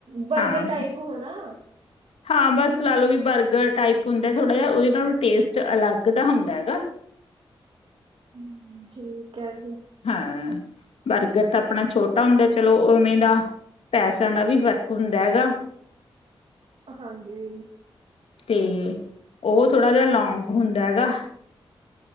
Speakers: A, on the right (about 65°); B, on the left (about 80°).
A: ਬਰਗਰ
B: ਹਾਂ।
A: ਟਾਈਪ ਹੋਣਾ?
B: ਹਾਂ ਬਸ ਲਾ ਲੋ ਵੀ ਬਰਗਰ ਟਾਈਪ ਹੁੰਦਾ ਥੋੜਾ ਜੇਆ ਓਦੇ ਨਾਲੋਂ ਟੇਸਟ ਅਲੱਗ ਦਾ ਹੁੰਦਾ ਹੈਗਾ।
A: ਹੂੰ, ਠੀਕ ਐ ਜੀ।
B: ਹਾਂ ਬਰਗਰ ਤਾਂ ਆਪਣਾ ਛੋਟਾ ਹੁੰਦਾ ਚਲੋ ਉਵੇਂ ਦਾ ਪੈਸਿਆਂ ਨਾਲ ਵੀ ਫ਼ਰਕ ਹੁੰਦਾ ਹੈਗਾ
A: ਹਾਂਜੀ
B: ਤੇ ਉਹ ਥੋੜਾ ਜਿਹਾ ਲੋਂਂਂਗ ਹੁੰਦਾ ਹੈਗਾ